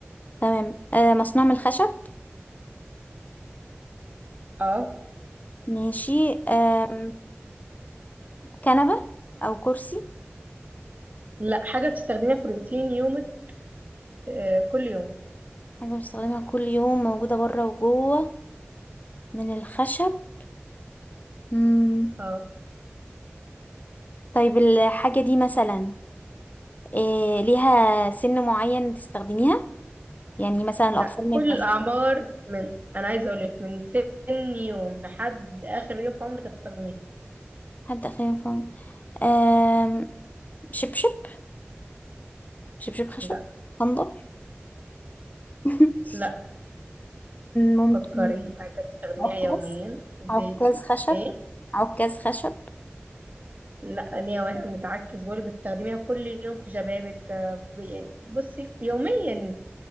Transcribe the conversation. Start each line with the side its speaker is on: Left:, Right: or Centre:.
Left: تمام آه مصنوع من الخشب
Right: اه
Left: ماشي آه كنبة أو كرسي
Right: لا حاجة بتستخدميها في روتين يومك آه كل يوم
Left: حاجة بستخدمها كل يوم موجودة بره وجوه من الخشب مم.
Right: اه
Left: طيب الحاجة دي مثلا آه ليها سن معين تستخدميها يعني مثلا الأطفال
Right: لا كل
Left: ما ينفعش
Right: الأعمار من أنا عايزة أقولك من سن يوم لحد آخر يوم في عمرك هتستخدميها
Left: حد آخر ينفع آه شبشب شبشب خشب
Right: لا
Left: صندل <laughs>
Right: لا
Left: ممكن
Right: فكري حاجة بتستخدميها
Left: عكاز
Right: يوميا في بداية
Left: عكاز
Right: يو-
Left: خشب
Right: ايه
Left: عكاز خشب
Right: لا ليه واحنا بنتعكس بقولك بتستخدميها كل يوم في شبابك آه، ب- يعني بصي يوميا